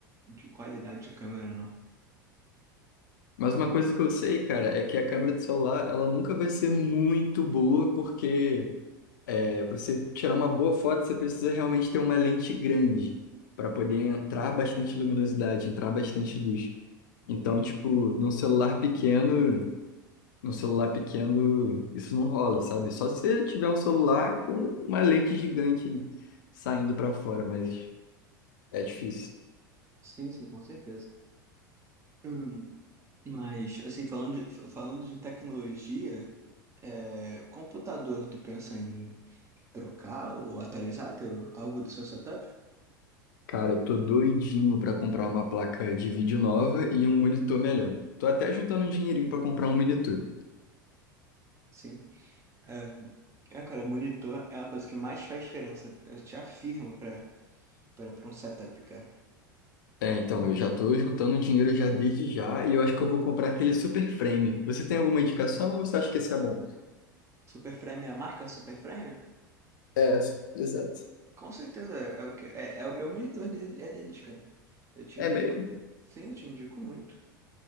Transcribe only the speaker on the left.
Mas uma coisa que eu sei, cara, é que a câmera do celular, ela nunca vai ser muito boa, porque é, para você tirar uma boa foto, você precisa realmente ter uma lente grande para poder entrar bastante luminosidade, entrar bastante luz. Então,
tipo, num celular pequeno. No celular pequeno, isso não rola, sabe? Só se você tiver um celular com uma lente gigante saindo pra fora, mas é difícil.
Cara, eu tô doidinho pra comprar uma placa de vídeo nova e um monitor melhor. Tô até juntando um dinheirinho pra comprar um monitor.
É, então,
eu já tô juntando dinheiro já desde já e eu acho que eu vou comprar aquele super frame. Você tem alguma indicação ou você acha que esse é bom?
É, exato.
É
mesmo?